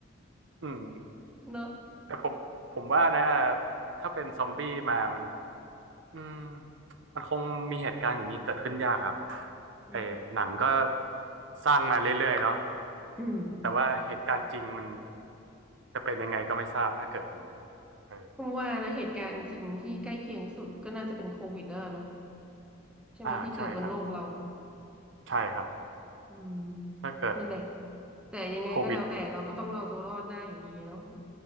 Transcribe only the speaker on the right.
อืม
แต่ผมผมว่านะถ้าเป็นซอมบี้มามันอืมมันคงมีเหตุการณ์อย่างนี้เกิดขึ้นยากครับ
ไอ้หนังก็สร้างมาเรื่อยๆเนาะ
แต่ว่าเหตุการณ์จริงมันจะเป็นยังไงก็ไม่ทราบถ้าเกิดอย่างนั้นเออ
อ่าใช่ครับใช่ครับ
ถ้าเกิด
โควิด